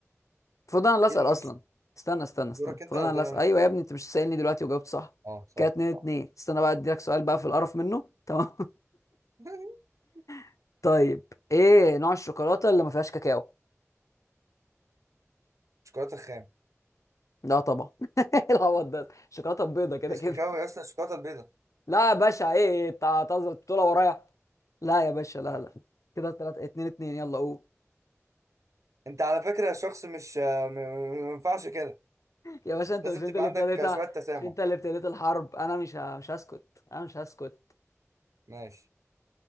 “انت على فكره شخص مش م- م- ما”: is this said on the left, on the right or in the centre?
Right